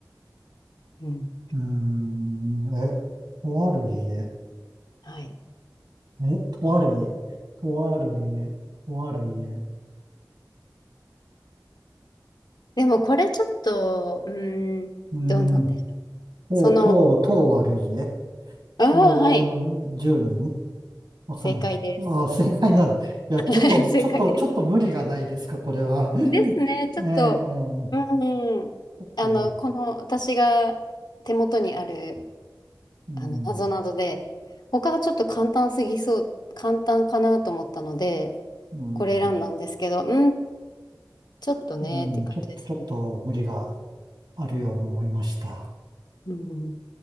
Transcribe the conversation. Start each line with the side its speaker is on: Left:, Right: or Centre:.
Left: うん。
Right: うん、え、とある家。
Left: はい。
Right: え、とある家。とある家。とある家。
Left: でもこれちょっと、うーん、
Right: うん。
Left: どうなんでしょう。
Right: とう、
Left: その、
Right: とう、とう悪い家
Left: ああ、
Right: と
Left: はい、
Right: う、10人わかんない。
Left: 正解です。
Right: ああ、正解なんだ。いや、
Left: <laughs>
Right: ちょっと、
Left: 正解です。
Right: ちょっと、ちょっと無理がないですか、これは。
Left: ですね、
Right: <laughs>
Left: ちょっと、
Right: ええちょ
Left: うん、
Right: っと、
Left: あの、この私が手元にある、
Right: うん、
Left: あの、なぞなぞで、他がちょっと簡単すぎそう、簡単かなと思ったので、
Right: うん、
Left: これ選んだんですけど、うん、ちょっとね、
Right: うん、
Left: っていう感じですね。
Right: ちょっと、ちょっと無理があるように思いました。
Left: うん